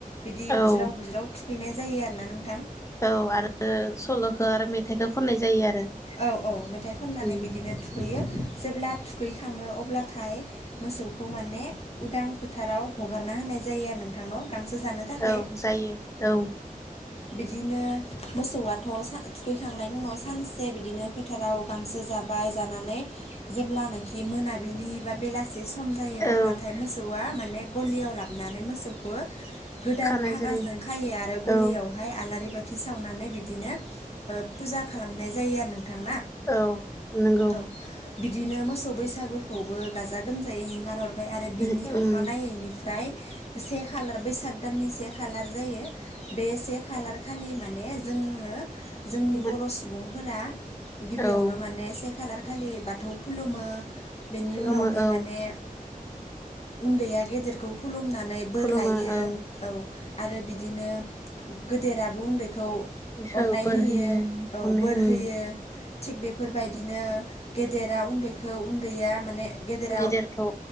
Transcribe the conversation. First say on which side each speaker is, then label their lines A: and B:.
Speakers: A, on the left; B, on the left.
A: बिदि
B: औ
A: बुज्राव बुज्राव थु थुखैनाय जायो आरोना नोंथां।
B: औ आरो सल'खौ आरो मेथाइखौ खननाय जायो आरो।
A: औ औ मेथाइ खननानै
B: उम
A: बिदिनो थुखैयो। जेब्ला थुगैखाङो अब्लाथाय मोसौखौ माने उदां फोथाराव हगारना होनाय जायो आरो। नोंथांनाव गांसो जानो थाखाय
B: औ जायो औ।
A: बिदिनो मोसौआथ' सा थुखैखांनायनि उनाव सानसे बिद बिदिनो फोथाराव गांसो जाबाय जानानै जेब्लानाखि मोनाबिलि बा बेलासि सम जायो
B: औ
A: अब्लाथाय मोसौआ माने गलियाव लाबोनानै मोसौखौ गोदान
B: खानाय
A: फागाजों
B: जेरै
A: खायो आरो गलियावहाय
B: औ
A: आलारि बाथि बाथि सावनानै बिदिनो फुजा खालामनाय जायो आरो नोंथां ना।
B: औ नंगौ।
A: औ बिदिनो मोसौ बैसागुखौबो गाजा गोमजायै हिगार हरो। ओफ्राय आरो बिनि
B: उम
A: अखानायैनिफ्राय से खालार बैसाग दाननि से खालार जायो। बे से खालार खालि माने जोङो जोंनि
B: औ
A: बर' सुबुंफोरा गिबियावनो
B: औ
A: माने से खालार खालि बाथौ खुलुमो। बेनि
B: खुलुमो
A: उनावहाय
B: औ
A: माने उन्दैया गेदेरखौ खुलुमनानै बोर
B: खुलुमो
A: लायो
B: औ
A: औ आरो बिदिनो गेदेराबो उन्दै
B: बिसौ
A: अन्नाय
B: बोर
A: होयो औ
B: अननाय
A: बोर
B: उम
A: होयो। थिग बेफोर बायदिनो गेदेरा उन्दैखौ उन्दैया माने गेदेरा
B: गिदिरखौ